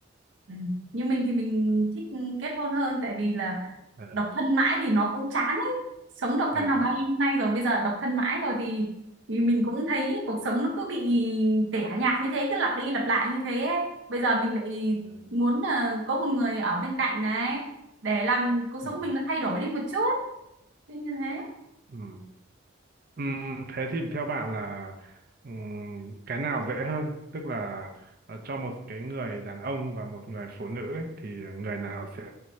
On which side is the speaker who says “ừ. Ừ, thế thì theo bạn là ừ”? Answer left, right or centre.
Right